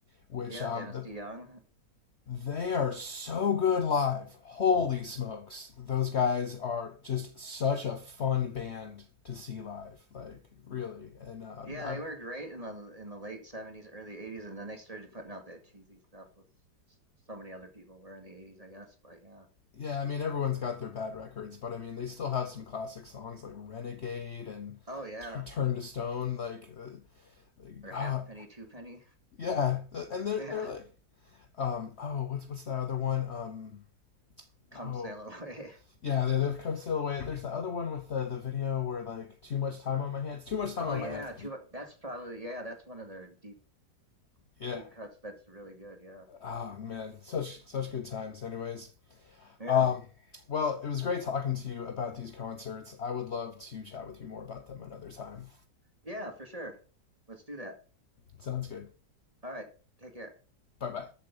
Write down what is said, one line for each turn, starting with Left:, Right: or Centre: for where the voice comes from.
Left: which
Right: Yeah,
Left: um
Right: Dennis
Left: the,
Right: DeYoung.
Left: they are so good live. Holy smokes. Those guys are just such a fun band to see live. Like really. And um,
Right: Yeah,
Left: I
Right: they were great in the in the late '70s, early '80s, and then they started putting out that cheesy stuff with s- so many other people were in the '80s, I guess. But yeah.
Left: Yeah, I mean everyone's got their bad records, but I mean they still have some classic songs like Renegade and
Right: Oh yeah.
Left: Tur- Turn to Stone. Like, uh, like
Right: Or
Left: ah,
Right: Halfpenny, Twopenny.
Left: yeah, and they're
Right: <laughs>
Left: they're
Right: Yeah.
Left: like, um, oh, what's what's that other one? Um,
Right: Come
Left: oh,
Right: Sail Away.
Left: yeah, they, they've come still away. There's the other one with the the video where like too much time on my hands, too
Right: <laughs>
Left: much time
Right: Oh
Left: on
Right: yeah.
Left: my hands.
Right: Two. That's probably yeah. That's one of their deep
Left: Yeah,
Right: deep cuts. That's really good. Yeah.
Left: oh man, such such good times. Anyways,
Right: Yeah.
Left: um, well, it was great talking to you about these concerts. I would love to chat with you more about them another time.
Right: Yeah, for sure. Let's do that.
Left: Sounds good.
Right: alright take care
Left: Bye bye.